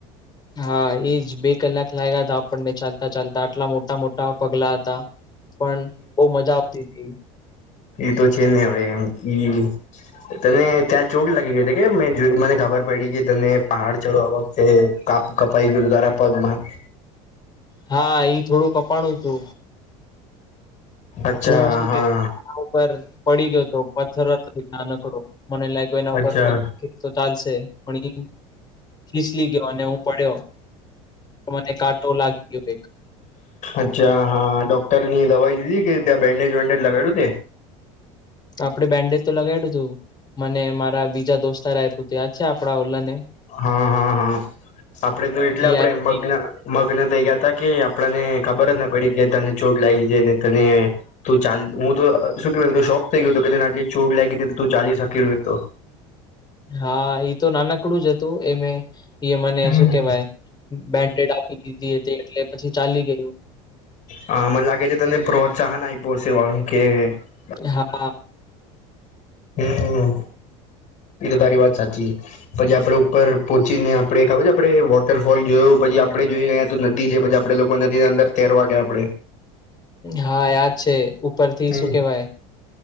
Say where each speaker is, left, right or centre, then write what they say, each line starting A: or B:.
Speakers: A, on the left; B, on the left.
A: હા ઈજ બે કલાક લાગ્યા હતા આપણને ચાલતા ચાલતા આટલા મોટા મોટા પગલા હતા. પણ બોવ મજા આવતીતી.
B: ઈ તો છે ને હવે એમ ઇવ તને ત્યાં ચોટ લાગી ગઈ હતી કે મે જો મને ખબર પયડી કે તને પહાડ ચડવા એ કાપ કપાઈ ગ‌ઉ તુ તારા પગમાં
A: હા, ઈ થોડું કપાણું તુ
B: અચ્છા
A: હું શું
B: હા
A: કે ઉપર પડી ગ્યો તો પથ્થર હત એક નાનકડો મને લાયગો એના
B: અચ્છા
A: ઉપર પગ <inaudible> ચાલશે પણ ઈ ફીસલી ગ્યો અને હું પડ્યો, મને કાંટો લાગી ગ્યો એક
B: અચ્છા હા ડોક્ટરની દવાઈ લીધી કે ત્યાં બેન્ડેજ વેન્ડેજ લગાડ્યું તે
A: આપડે બેન્ડેજ તો લગાડુ તુ મને મારા બીજા દોસ્તારે આપ્યુ તુ યાદ છે આપડા ઓલા ને
B: હા હા હા આપડે તો એટલા
A: ઈ
B: પ્રેમ મગ્ન મગ્ન થઈ ગ્યા તા કે આપડાને ખબર જ ન પડી કે તને ચોટ લાયગી છે ને તને તું ચાલ હું તો શું કેવ શોક થઈ ગ્યો તો તેને આટલી ચોટ લાયગી છે તો તું ચાલી શકી એક તો
A: હા ઈ તો નાનકડું જ હતું એમે ઇએ મને
B: હમ.
A: શું કેવાય બેન્ડેડ આપી દીધી હતી એટલે પછી ચાલી ગયું
B: હા મન લાગે છે તને પ્રોત્સાહન આયપુ હસે <unintelligible>
A: હા આ
B: હમમ ઈ તો તારી વાત સાચી પછી આપડે ઉપર પોંચીને આપડે ખબર છે આપડે વોટરફોલ જોયુ પછી આપડે જોઇ અયા તો નદી જે પછી આપડે લોકો નદી અંદર તેરવા ગ્યા આપડે
A: હા યાદ છે ઉપરથી
B: હમ
A: શું કેવાય